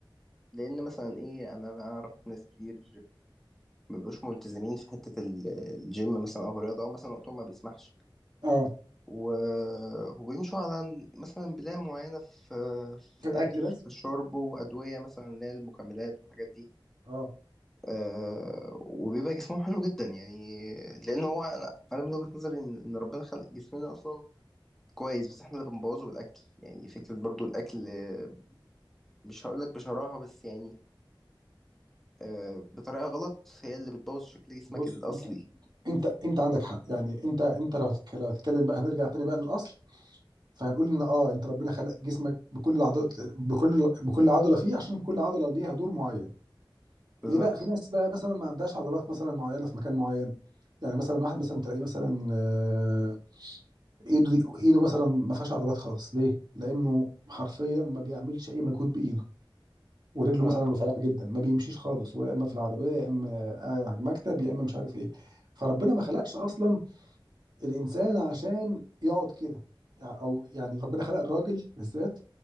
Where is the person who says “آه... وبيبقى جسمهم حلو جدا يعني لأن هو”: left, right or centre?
Centre